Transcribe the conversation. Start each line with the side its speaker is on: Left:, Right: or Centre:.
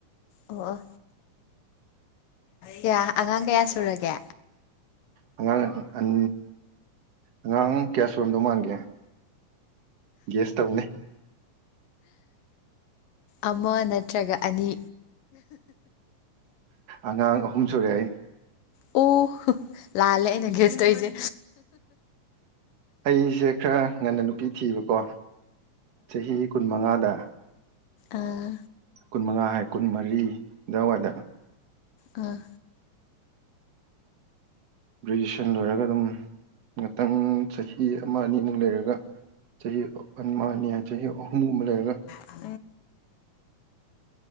Left: ꯑꫭ ꯀꯌꯥ ꯑꯉꯥꯡ ꯀꯌꯥ ꯁꯨꯔꯒꯦ
Right: ꯑꯉꯥꯡ ꯑꯟ ꯑꯉꯥꯡ ꯀꯌꯥ ꯁꯨꯔꯣꯝꯗꯧ ꯃꯥꯟꯒꯦ ꯒꯦꯁ ꯇꯧꯅꯦ
Left: ꯑꯃ ꯅꯠꯇ꯭ꯔꯒ ꯑꯅꯤ
Right: ꯑꯉꯥꯡ ꯑꯍꯨꯝ ꯁꯨꯔꯦ ꯑꯩ
Left: ꯑꯣ ꯂꯥꯜꯂꯦ ꯑꯩꯅ ꯒꯦꯁ ꯑꯣꯏꯁꯦ
Right: ꯑꯩꯁꯦ ꯈꯔ ꯉꯟꯅ ꯅꯨꯄꯤ ꯊꯤꯕꯀꯣ ꯆꯍꯤ ꯀꯨꯟꯃꯉꯥꯗ
Left: ꯑꯥ
Right: ꯀꯨꯟ ꯃꯉꯥ ꯍꯥꯏ ꯀꯨꯟꯃꯔꯤ ꯑꯗꯨꯋꯥꯏꯗ
Left: ꯑ
Right: ꯒ꯭ꯔꯦꯖꯨꯑꯦꯁꯟ ꯂꯣꯏꯔꯒ ꯑꯗꯨꯝ ꯉꯥꯛꯇꯪ ꯆꯍꯤ ꯑꯃ ꯑꯅꯤꯃꯨꯛ ꯂꯩꯔꯒ ꯆꯍꯤ ꯑꯟꯃꯅ ꯌꯥ ꯆ ꯆꯍꯤꯍꯤꯍꯃ ꯂꯩꯒ <inaudible>
Left: ꯑꯥ